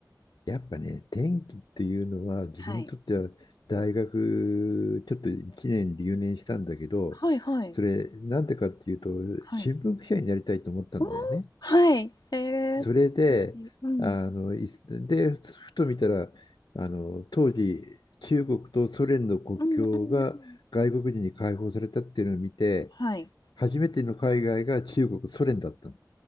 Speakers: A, on the left (about 85°); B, on the left (about 70°).
A: やっぱね、天気っていうのは自分にとっては大学ちょっと1年留年したんだけど、
B: はいはいはい
A: それなんでかっていうと新聞記者になりたいと思ったんだよね。
B: はいおーはいえー、
A: それで、
B: 素敵うん
A: あの、いすで、ふと見たら、あの、当時中国とソ連の国境が外国人に解放されたっていうのを見て、
B: うんうんうんはい
A: 初めての海外が中国、ソ連だった